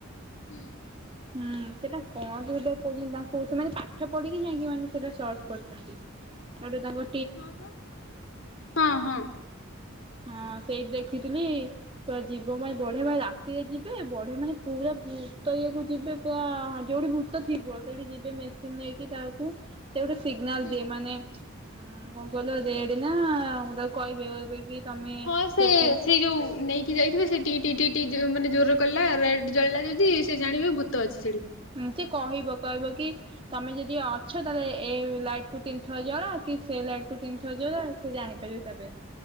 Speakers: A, on the left; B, on the right.
A: ହୁଁ।
B: ହୁଁ ସେଟା କଣ ତ ସେଟା କହୁଛନ୍ତି ତାଙ୍କୁ ସେମାନେ ପାଠ ପଢିକି ଯାଇକି ମାନେ ସେଟା ସର୍ଚ୍ଚ କରଛନ୍ତି। ସେଠୁ ତାଙ୍କ
A: ହଁ ବା ହଁ ହଁ।
B: ହଁ ସେଇଠି ଦେଖିଥିଲି ପୁରା ଯିବ ମାନେ ବଢିଆ ଭାଇ ରାତିରେ ଯିବେ ବଢିଆ ମାନେ ପୁରା ଭୂତ ଇଏକୁ ଯିବେ ତ ଯୋଉଠି ଭୂତ ଥିବ ସେଇଠି ଯିବେ ମେସିନ ନେଇକି ତାକୁ ସେ ଗୋଟେ ସିଗ୍ନାଲ
A: ହୁଁ।
B: ଦିଏ ମାନେ ଉଁ କଣ କହିଲ ରେଡ ନା ତାକୁ କହିବେ କହିବେ କି ତମେ
A: ହଁ ସେ
B: ଯଦି
A: ସେଇ ଯୋଉ ନେଇକ କି ଯାଇଥିବେ ସେଠି ଟି ଟିଟି ଯୋ ମାନେ ଜୋର କଲା ରେଡ ଜଳିଲା ଯଦି ସେ ଜାଣିବେ ଭୂତ ଅଛି ସେଠି।
B: ଏମତି କହିବ କହିବ କି ତମେ ଯଦି ଅଛ ତାହେଲେ ଏ ଲାଇଟ କୁ ତିନିଥର ଜଳାଅ କି ସେଇ ଲାଇଟ୍ କୁ ତିନିଥର ଜଳାଅ ସେ ଜାଣିପାରିବେ ସେବେ